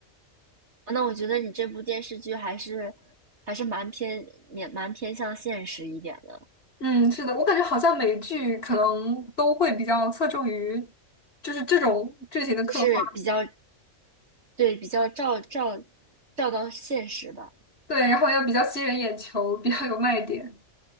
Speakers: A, on the right; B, on the left.
A: 哦那我觉得你这部电视剧还是还是蛮偏也蛮偏向现实一点的，
B: 嗯，是的，我感觉好像美剧可能都会比较侧重于就是这种剧情的刻画，
A: 就是比较，对，比较照照照到现实吧。
B: 对，然后要比较吸人眼球，比较有卖点。